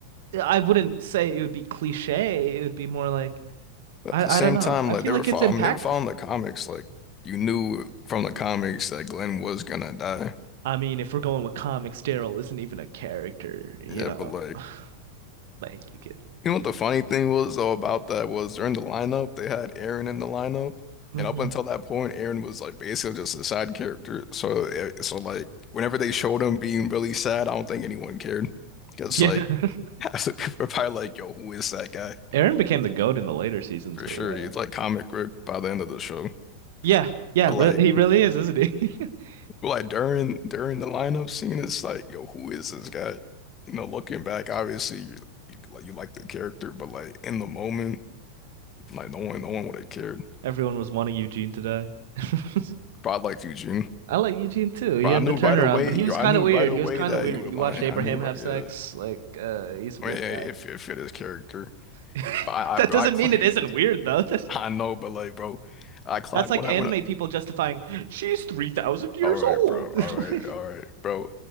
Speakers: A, on the right; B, on the left.
A: I wouldn't say it would be cliche. It would be more like
B: But
A: I
B: at the same
A: I don't know.
B: time,
A: I
B: like
A: feel
B: they
A: like
B: were following,
A: it's impactful.
B: I mean, they were following the comics. Like you knew from the comics that Glenn was gonna die.
A: I mean, if we're going with comics, Daryl isn't even a character, you
B: Yeah,
A: know.
B: but like
A: <sighs> Like you could.
B: you know what the funny thing was though about that was during the lineup they had Aaron in the lineup,
A: hmm
B: and up until that point, Aaron was like basically just a side character. So eh, so like whenever they showed him being really sad, I don't think anyone cared because
A: Yeah.
B: like <laughs> half the people were probably like, "Yo, who is that guy?"
A: <laughs> Aaron became the goat in the later seasons,
B: For
A: but
B: sure,
A: yeah.
B: he's like comic grip by the end of the show.
A: Yeah. Yeah,
B: But
A: re
B: like.
A: he really is, isn't he? <laughs>
B: Like during during the lineup scene, it's like, yo, who is this guy? You know, looking back, obviously, you, you like you like the character, but like in the moment, like no one, no one would have cared.
A: Everyone was wanting Eugene to die. <laughs>
B: But I liked Eugene,
A: I like Eugene too. He
B: but
A: had
B: I knew
A: the turnaround,
B: right away,
A: but he
B: yo,
A: was
B: I
A: kind
B: knew
A: of weird.
B: right away
A: He was kind
B: that
A: of weird.
B: he was
A: He
B: lying.
A: watched Abraham
B: I knew right,
A: have sex.
B: yeah.
A: Like, uh, he's a weird
B: I mean, it,
A: guy.
B: it fit it fit his character.
A: <laughs>
B: But I,
A: That
B: I,
A: doesn't
B: I clocked,
A: mean it isn't weird
B: <laughs>
A: though. <laughs> That's,
B: I know, but like, bro, I clocked
A: that's like
B: when
A: anime
B: I when I.
A: people justifying, she's 3,000 years
B: All right,
A: old.
B: bro.
A: <laughs>
B: All right,
A: Like,
B: all right, bro.